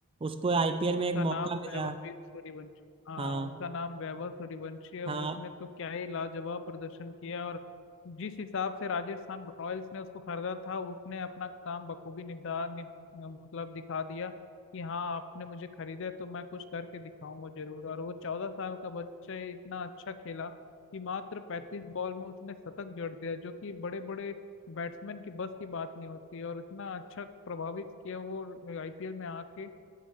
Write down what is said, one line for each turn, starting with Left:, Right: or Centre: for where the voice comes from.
Right: उसको आईपीएल
Left: उसका
Right: में एक
Left: नाम
Right: मौका मिला
Left: वैभव सूर्यवंशी हाँ
Right: हाँ
Left: उसका नाम वैभव सूर्यवंशी है
Right: हाँ
Left: वो उसने तो क्या ही लाजवाब प्रदर्शन किया और जिस हिसाब से राजस्थान रॉयल्स ने उसको खरीदा था उसने अपना काम बखूबी निभा नि, मतलब दिखा दिया कि हाँ आपने मुझे खरीदा है, तो मैं कुछ करके दिखाऊंगा जरूर और वो चौदह साल का बच्चा ही इतना अच्छा खेला कि मात्र पैंतीस बॉल में उसने शतक जड़ दिया जो कि बड़े बड़े बैट्समैन की बस की बात नहीं होती और इतना अच्छा प्रभावित किया वो आईपीएल में आके